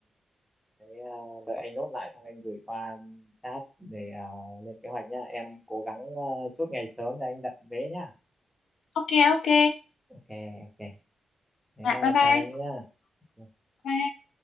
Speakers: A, in the centre; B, on the left.
A: thế, ờ, đợi anh nốt lại xong anh gửi qua chat để ờ, lên kế hoạch nhá em cố gắng ờ, chốt ngày sớm để anh đặt vé nhá
B: ok ok.
A: ok ok thế
B: Dạ
A: ờ,
B: bye bye.
A: chào em nhá Ừ.
B: Bye.